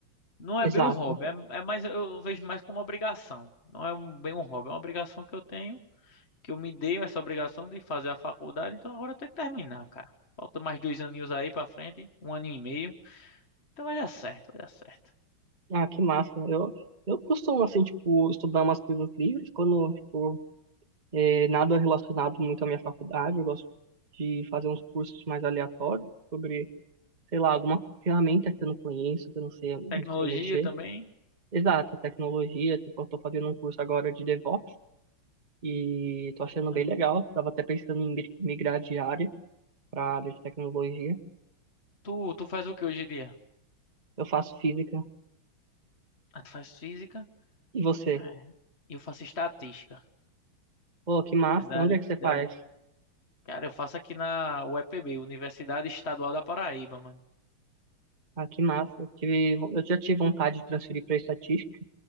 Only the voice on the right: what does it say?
Exato.
Ah, que massa. Eu, eu costumo assim, tipo, estudar umas coisas livres quando, tipo, é, nada relacionado muito à minha faculdade. Eu gosto de fazer uns cursos mais aleatórios sobre, sei lá, alguma ferramenta que eu não conheço, que eu não sei, não
sei mexer.
Exato, tecnologia. Tipo, eu tô fazendo um curso agora de DevOps e tô achando bem
legal. Tava até pensando em mi- migrar de área para área de tecnologia.
Eu faço física.
E você?
Pô, que massa.
Onde
é que você faz?
Ah, que massa. Eu tive, eu já tive vontade de transferir para estatística,